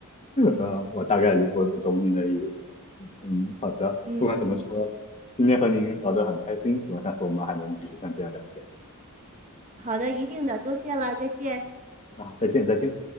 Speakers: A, on the left; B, on the right.
A: 呃，我大概理我我懂您的意思了。嗯，好的。
B: 嗯嗯，
A: 不管怎么说，今天和您聊得很开心，希望下次我们还能继续像这样聊天。
B: 好的，一定的，多谢了，再见。
A: 啊，再见，再见。